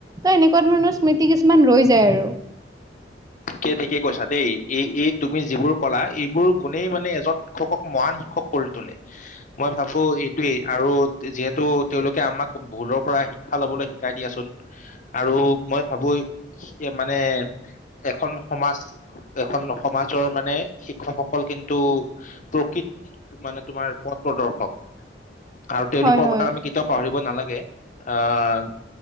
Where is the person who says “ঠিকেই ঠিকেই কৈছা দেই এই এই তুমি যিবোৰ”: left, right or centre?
Left